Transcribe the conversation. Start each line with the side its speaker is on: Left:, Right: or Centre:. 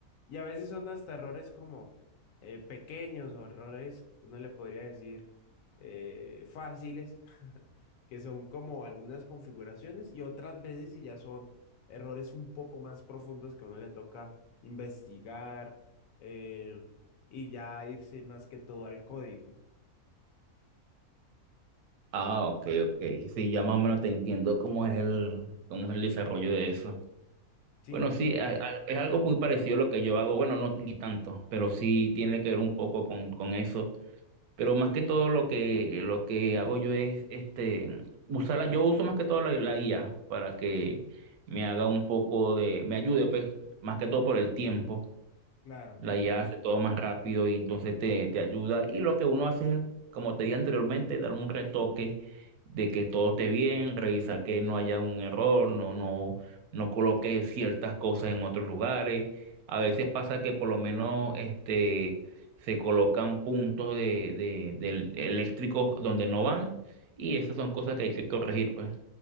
Left: Y a veces son hasta errores como eh, pequeños o errores, uno le podría decir eh, fáciles, <laughs> que son como algunas configuraciones y otras veces si ya son errores un poco más profundos que a uno le toca investigar eh, y ya irse más que todo al código.
Right: Ah, ok, ok. Sí, ya más o menos te entiendo cómo es el, cómo es el desarrollo de eso.
Left: Sí,
Right: Bueno, sí, a- a- es algo muy parecido a lo que yo hago. Bueno, no ni tanto, pero sí tiene que ver un poco con, con eso. Pero más que todo lo que, lo que hago yo es este, usarla. Yo uso más que todo la, la IA para que me haga un poco de, me ayude, pues, más que todo por el tiempo.
Left: claro.
Right: La IA hace todo más rápido y entonces te, te ayuda. Y lo que uno hace es, como te dije anteriormente, dar un retoque de que todo esté bien, revisar que no haya un error, no, no, no coloque ciertas cosas en otros lugares. A veces pasa que por lo menos este, se colocan puntos de, de, del- eléctricos donde no van y esas son cosas que hay que corregir, pues.